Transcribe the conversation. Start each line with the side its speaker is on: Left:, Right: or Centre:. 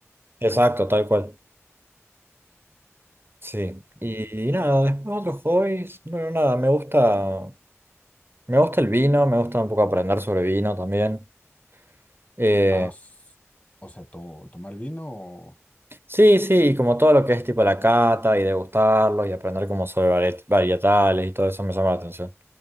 Right: Exacto, tal cual. Sí.
Left: <laughs>
Right: Y, y nada, después otros hobbies, bueno, nada, me gusta, me gusta el vino, me gusta un poco aprender sobre vino también. Eh,
Left: Ah, s- o sea, to- tomar vino
Right: Sí, sí, y como todo lo que es tipo la cata y degustarlos y aprender como sobre vari- varietales y todo eso me llama la atención.